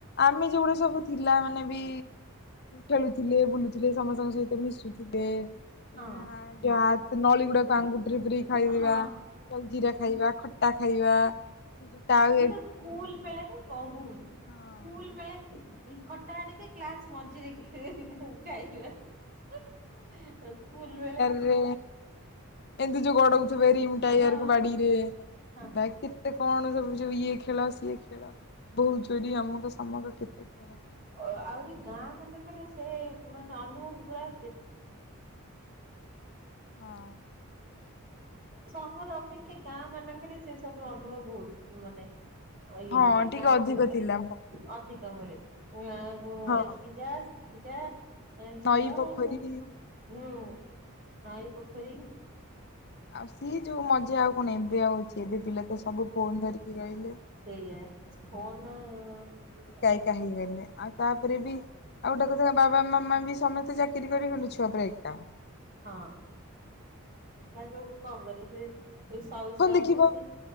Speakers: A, on the left; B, on the right.
A: ଆମେ ଯୋଉଗୁଡା ସବୁ ଥିଲା ମାନେ ବି ଖେଳୁଥିଲେ ବୁଲୁଥିଲେ ସମସ୍ତଙ୍କ ସହିତ ମିଶୁଥିଲେ <unintelligible>
B: ହଁ
A: ଯ ନଳୀ ଗୁଡାକ ଆଙ୍ଗୁଠିରେ ପୁରେଇକି ଖାଇଦବା
B: ହଁ।
A: ଜଲଜୀରା ଖାଇବା, ଖଟା ଖାଇବା, ସେ ଯୋଉଟା ଆଉ
B: ସେ ତ ସ୍କୁଲ ବେଳେ ରେ ବହୁତ
A: ହଁ।
B: ସ୍କୁଲ ସ୍କୁଲ ବେଳେ ଖଟା ଆଣିକି କ୍ଲାସ ମଝିରେ ଖାଇବା <unintelligible> <unintelligible> ସ୍କୁୂଲ ବେଳେ
A: ଏବେ ଏମିତି ଯୋଉ ଗଡ଼ଉଥିବେ ରିମ ଟାୟାରକୁ
B: ହଁ
A: ବାଡ଼ିରେ ହେଲା
B: ହଁ
A: କେ ତେ କଣ ସବୁ ଇଏ ଖେଳ ସିଏ ଖେଳ ବହୁ ଚୋରି ଆମକ ସମକ କେତେ ଖେଳ
B: ଅ ଆହୁରି ଗାଁ ମାନଙ୍କରେ ସେ ମାନେ ଅନୁଭବ ଗୁଡା
A: ହଁ।
B: ସହର ଅପେକ୍ଷା ଗାଁ ମାନଙ୍କରେ ସେ ସବୁ ଅନୁଭବ ବହୁତ ମାନେ ଅଇୟ
A: ହଁ
B: ହୁଏ
A: ଟିକେ
B: ଗାଁ
A: ଅଧିକ
B: ମାନଙ୍କରେ
A: ଥିଲା
B: ଅଧିକ ମିଳେ <inaudible>
A: ହଁ
B: ଏଠିକି ଯା ସେଠିକି ଯା ଆ
A: ନଈ
B: ବୁଲା
A: ପୋଖରୀ
B: ହୁଁ ନଇ ପୋଖରୀ।
A: ଆଉ ସିଏ ଯୋଉ ମଜା ଆଉ କଣ ଏବେ ଆଉ ହଉଛି ଏବେ ପିଲା ତ ସବୁ ଫୋନ ଧରିକି ରହିଲେ।
B: ସେଇଆା ଫୋନ ହଁ
A: ଏକା ଏକା ହେଇଗଲେ ଆଉ ତାପରେ ବି ଆଉ ଗୋଟେ କଥା ବାବା ମାମା ବି ସମସ୍ତେ ଚାକିରି କରିଗଲୁ ଛୁଆ ପୁରା ଏକା।
B: ହଁ। ଏକା ଏକା କଣ କରିବୁ ସେ ସ
A: ଫୋନ
B: ସବୁ
A: ଦେଖିବ
B: ସବୁ ସେ